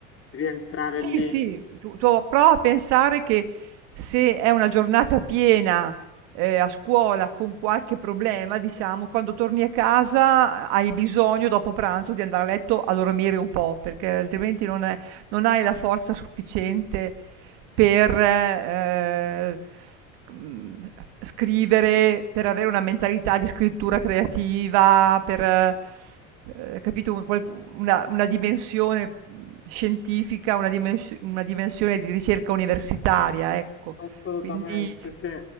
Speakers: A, on the left; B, on the right.
A: rientrare
B: Sì,
A: lì.
B: sì, tu tu prova a pensare che se è una giornata piena, ehm, a scuola con qualche problema, diciamo, quando torni a casa eh, hai bisogno dopo pranzo di andare a letto a dormire un po', perché altrimenti non è non hai la forza sufficiente per, ehm, mhmm, scrivere, per avere una mentalità di scrittura creativa, per eh, Ehm, capito, un qual una una dimensione, mhmm, scientifica, una dimens una dimensione di ricerca universitaria, ecco.
A: Assolutamente
B: Quindi
A: sì.